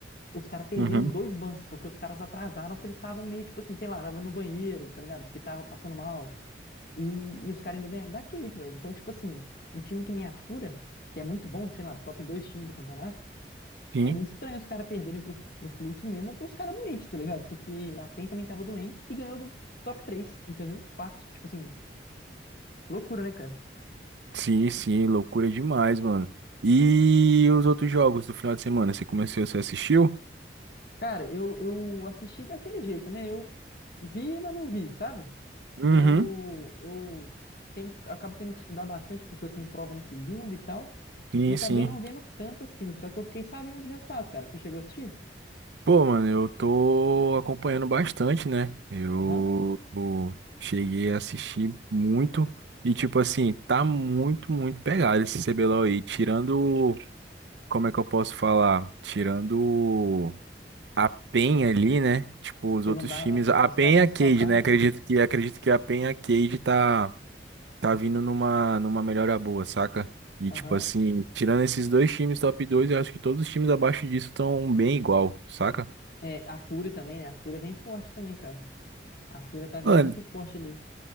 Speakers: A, on the left; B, on the right.
A: os caras perderam
B: Uhum.
A: dois bans, porque os caras atrasaram, porque eles estavam meio tipo assim, sei lá, tava no banheiro, tá ligado? Porque tava passando mal. E, e os caras ainda ganharam da Cade, velho. Então, tipo assim, um time que nem a Fúria, que é muito bom, sei lá, top dois times do campeonato
B: Sim.
A: é muito estranho os caras perderem pro, pro Fluxo mesmo com os caras doentes, tá ligado? Porque a PEN também tava doente e ganhou do top 3, entendeu? Fácil. Tipo assim, loucura, né, cara?
B: Sim, sim, loucura demais, mano. E os outros jogos do final de semana, você começou, você assistiu?
A: Cara, eu, eu assisti daquele jeito, né? Eu vi, mas não vi, sabe?
B: Uhum.
A: Eu, eu tenho, que- acabo tendo que estudar bastante porque eu tenho prova na segunda e tal.
B: Sim,
A: E acabei
B: sim.
A: não vendo tanto assim. Só que eu fiquei sabendo dos resultados, cara. Você chegou a assistir?
B: Pô, mano, eu tô acompanhando bastante, né? Eu,
A: Aham.
B: eu cheguei a assistir muito e, tipo assim, tá muito, muito pegado esse CBLOL aí. Tirando, como é que eu posso falar? Tirando a PEN ali, né? Tipo, os
A: Que
B: outros
A: não dá.
B: times. A
A: Os
B: PEN
A: caras não
B: e a
A: se comparam,
B: Cade, né? Acredito
A: né?
B: que, acredito que a PEN e a Cade tá, tá vindo numa, numa melhora boa, saca? E,
A: Aham.
B: tipo assim, tirando esses dois times top dois eu acho que todos os times abaixo disso estão bem igual, saca?
A: É, a Fúria também, né? A Fúria vem forte também, cara. A Fúria tá vindo
B: Mano,
A: muito forte ali.